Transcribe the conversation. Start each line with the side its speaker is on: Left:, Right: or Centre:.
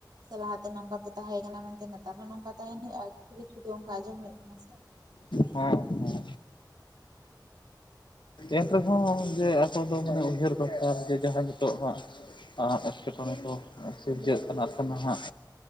Right: ᱥᱮ ᱞᱟᱦᱟᱛᱮ ᱱᱚᱝᱠᱟ ᱯᱮ ᱛᱟᱦᱮᱸ ᱠᱟᱱᱟ ᱢᱮᱱᱛᱮ ᱱᱮᱛᱟᱨ ᱦᱚᱸ ᱱᱚᱝᱠᱟ ᱛᱟᱦᱮᱱ ᱦᱩᱭᱩᱜ-ᱟ ᱠᱤᱪᱷᱩ ᱠᱤᱪᱷᱩ ᱫᱚ ᱚᱝᱠᱟ ᱟᱸᱡᱚᱢ ᱦᱳᱭᱳᱜ ᱠᱟᱱᱟ ᱥᱮ᱾
Left: ᱦᱚᱸ᱾ ᱦᱚᱸ ᱮᱱ ᱨᱮᱦᱚᱸ ᱡᱮ ᱟᱵᱚ ᱫᱚ ᱢᱟᱱᱮ ᱩᱭᱦᱟᱹᱨ ᱫᱚᱨᱠᱟᱨ ᱡᱮ ᱡᱟᱦᱟᱸ ᱱᱤᱛᱚᱜ ᱦᱟᱸᱜ᱾ ᱟᱸᱻ ᱮᱴᱠᱮᱴᱚᱬᱮ ᱠᱚ ᱥᱤᱨᱡᱟᱹᱜ ᱠᱟᱱᱟ ᱥᱮ ᱱᱟᱦᱟᱸᱜ